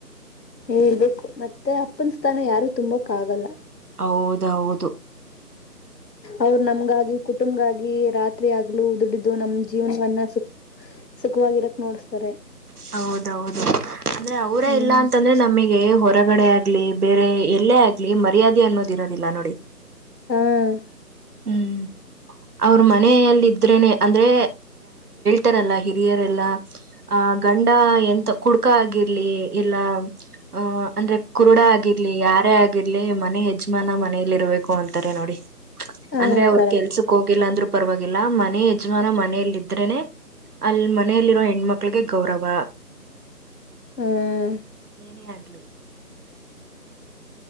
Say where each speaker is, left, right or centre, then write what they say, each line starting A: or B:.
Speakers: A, on the left; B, on the right.
A: ಇರಬೇಕು ಮತ್ತೆ ಅಪ್ಪನ ಸ್ಥಾನ ಯಾರು ತುಂಬಕ್ಕೆ ಆಗಲ್ಲ
B: ಹೌಹೌದು
A: ಅವರು ನಮಗಾಗಿ ಕುಟುಂಬಗಗಾಗಿ ರಾತ್ರಿ ಹಗಲು ದುಡಿದು ನಮ್ಮ ಜೇವನವನ್ನ ಸು ಸುಖವಾಗಿರೋಕ್ಕೆ ನೋಡ್ತಾರೆ
B: ಹೌದು ಹೌದು ಅದೇ ಅವರೇ
A: ಹ್ಮ್
B: ಇಲ್ಲ ಅಂತ ಅಂದಮೇಲೆ ಹೊರಗಡೆಗ್ಲಿ ಬೇರೆ ಎಲ್ಲೇ ಆಗಲಿ ಮರ್ಯಾದೆ ಅನ್ನೋದು ಇರೋದಿಲ್ಲ ನೋಡಿ
A: ಹ್ಮ್
B: ಹ್ಮ್ಮ್ ಅವರ ಮನೇಯಲ್ಲಿ ಇದ್ದರೇನೇ ಅಂದ್ರೆ ತರಲ್ಲ ಹಿರಿಯರೆಲ್ಲ ಆ ಗಂಡ ಎಂತ ಕುಡುಕ ಆಗಿರ್ಲೀ ಇಲ್ಲ ಆ ಅಂದ್ರೆ ಕುರುಡ ಆಗಿರಲಿ ಯಾರೇ ಆಗಿರ್ಲಿ ಮನೆ ಯಜಮಾನ ಮಾಡ್ ಮೇಲಿರಬೇಕು ಅಂತಾರೆ ನೋಡಿ
A: ಹ
B: ಅಂದ್ರೆ ಅವ್ರು
A: ಕರೆಕ್ಟ್
B: ಕೆಲಸಕ್ಕೆ ಹೋಗಿಲ್ಲ ಅಂದ್ರು ಪರವಾಗಿಲ್ಲ ಮನೆ ಯಜಮಾನ ಮನೆಲಿಡ್ರೇನೆ ಆಲ್ ಮನೆಲಿರೋ ಹೆಣ್ಮಕ್ಳಿಗೆ ಗೌರವ
A: ಹ್ಮ್
B: ಏನೇ ಆಗ್ಲಿ